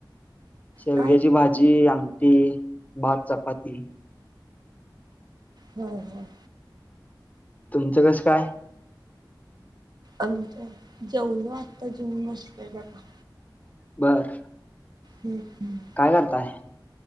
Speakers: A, on the left; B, on the right.
A: शेवग्याची
B: काय
A: भाजी. भाजी आमटी भात चपाती.
B: हमम.
A: तुमचं कसं काय.
B: आमच, जेवल आता जेऊन बसलोय बगा.
A: बरर...
B: ह् हमंम.
A: काय करताय.